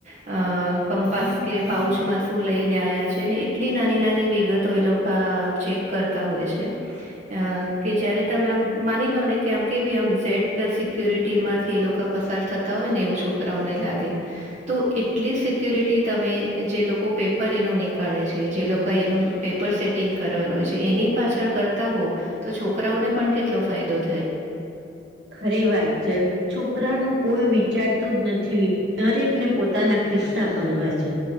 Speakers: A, on the right; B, on the right.
A: અ કંપાસ કે પાઉચમાં શુ લઈને આવ્યા છે ને એટલી નાની નાની વિગતો એ લોકો આ ચેક કરતા હોય છે. અ કે જયારે તમે આમ માની લો ને કે આમ કેવી આમ ઝેડ પ્લસ સિક્યુરિટી માંથી એ લોકો પસં <unintelligible> હોયને એવું છોકરાઓને લાગે તો એટલી સિક્યોરિટી તમે જે લોકો પેપર એનું નીકાળે છે જે લોકો એનું પેપર સેટિંગ કરવાનું હોય છે એની પાછળ કરતાં હો તો છોકરાઓને પણ કેટલો ફાયદો થાય.
B: ખરી વાત છે છોકરાનું કોઈ વિચારતું જ નથી દરેકને પોતાના ખિસ્સા ભરવા છે.